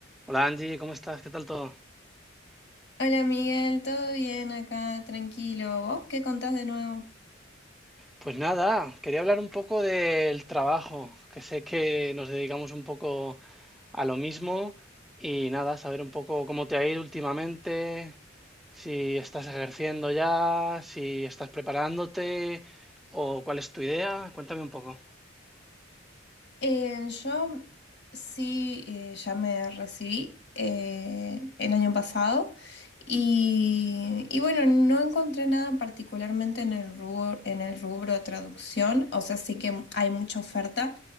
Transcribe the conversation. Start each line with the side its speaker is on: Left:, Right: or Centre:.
Centre: Hola Angie, ¿cómo estás? ¿Qué tal todo?
Left: Hola Miguel, ¿todo bien acá? Tranquilo. ¿Vos qué contás de nuevo?
Centre: Pues nada, quería hablar un poco del trabajo, que sé que nos dedicamos un poco a lo mismo y nada, saber un poco cómo te ha ido últimamente, si estás ejerciendo ya, si estás preparándote o cuál es tu idea. Cuéntame un poco.
Left: Eh, yo sí, eh, ya me recibí eh, el año pasado y, y bueno, no encontré nada particularmente en el rubro, en el rubro traducción, o sea, sí que hay mucha oferta.